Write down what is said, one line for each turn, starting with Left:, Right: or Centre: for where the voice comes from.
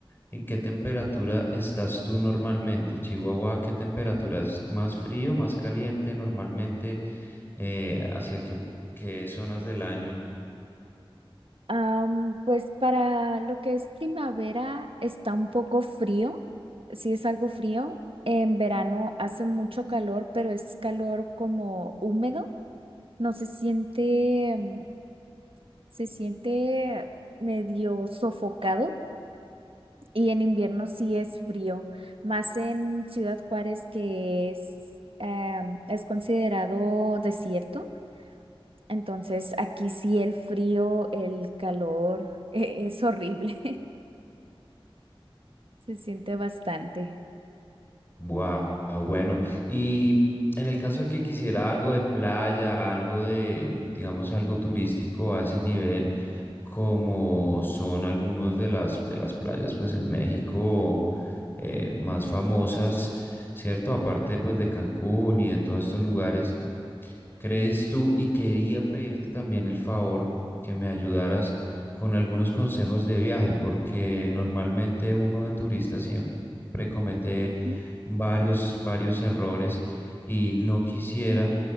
Left: en qué temperatura estás tú normalmente, Chihuahua, ¿qué temperatura es más frío, más caliente normalmente? Eh, ¿hacia qué, qué zonas del año?
Right: Am, pues para lo que es primavera está un poco frío, sí es algo frío. En verano hace mucho calor, pero es calor como húmedo. No se siente, mm, se siente medio sofocado. Y en invierno sí es frío, más en Ciudad Juárez que es, em, es considerado desierto. Entonces aquí sí el frío, el calor, <laughs> es horrible. Se siente bastante.
Left: Wow, bueno. Y en el caso de que quisiera algo de playa, algo de, digamos, algo turístico a ese nivel, como son algunos de las de las playas, pues en México eh, más famosas, ¿cierto? Aparte, pues de Cancún y de todos estos lugares. ¿Crees tú? Y quería pedirte también el favor que me ayudaras con algunos consejos de viaje, porque normalmente uno de turista siempre comete
Right: Ujú.
Left: varios, varios errores y no quisiera